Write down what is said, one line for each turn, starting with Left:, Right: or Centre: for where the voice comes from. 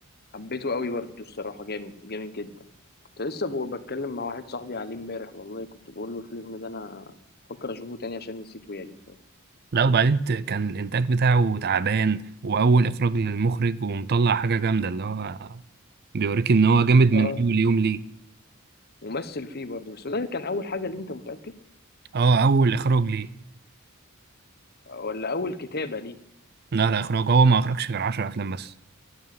Left: حبيته قوي برضه الصراحه جامد جامد جدا كنت لسه بقول- بتكلم مع واحد صاحبي عليه امبارح والله كنت بقول له الفيلم ده انا بفكر اشوفه تاني عشان نسيته يعني شويه
Right: لا وبعدين ت- كان الإنتاج بتاعه تعبان وأول إخراج للمخرج ومطلع حاجة جامدة اللي هو بيوريك إن هو جامد
Left: اه
Right: من أول يوم ليه
Left: ومثل فيه برضه بس ده كان اول حاجه ليه انت متاكد
Right: اه أول إخراج ليه
Left: ولا اول كتابه ليه
Right: لا لا اخراج هو ما اخرجش غير 10 افلام بس